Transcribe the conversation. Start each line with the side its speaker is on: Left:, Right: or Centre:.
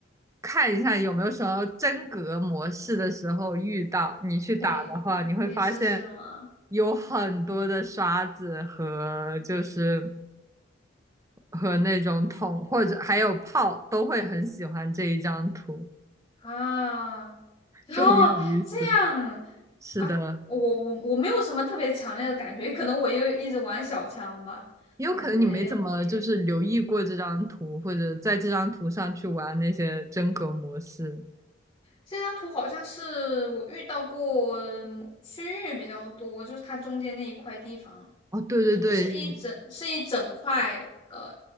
Right: 看一下有没有什么真格模式的时候遇到，你去打的话，
Left: 可以可以试试吗？
Right: 你会发现有很多的刷子和就是和那种桶或者还有炮都会很喜欢这一张图，
Left: 啊，<laughs>
Right: 就很有意思。
Left: 哦，这样
Right: 是的，
Left: 啊，我我我没有什么特别强烈的感觉，可能我又一直玩小枪吧，
Right: 也有可能你没怎么就是留意过这张图，
Left: 感觉可以。
Right: 或者在这张图上去玩那些真格模式。
Left: 这张图好像是我遇到过嗯区域比较多，就是它中间那一块地方，
Right: 哦，对对对，
Left: 就是是一整是一整块，呃，